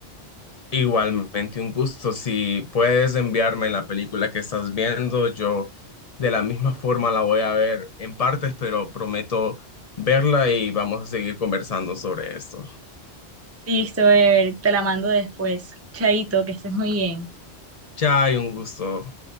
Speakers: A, on the left (about 35°); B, on the right (about 15°).
A: Igualmente un gusto. Si puedes enviarme la película que estás viendo, yo de la misma forma la voy a ver en partes, pero prometo verla y vamos a seguir conversando sobre esto.
B: Listo, Ever, te la mando después. Chaito, que estés muy bien.
A: Chao, y un gusto.